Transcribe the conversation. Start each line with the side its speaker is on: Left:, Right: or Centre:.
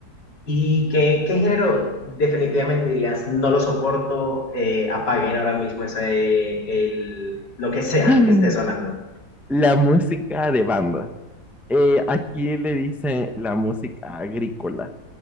Left: ¿Y qué, qué género definitivamente dirías, no lo soporto, eh, apaguen ahora mismo ese, el, lo que sea
Centre: <laughs>
Left: que esté sonando?
Centre: La música de banda. Eh, aquí le dicen la música agrícola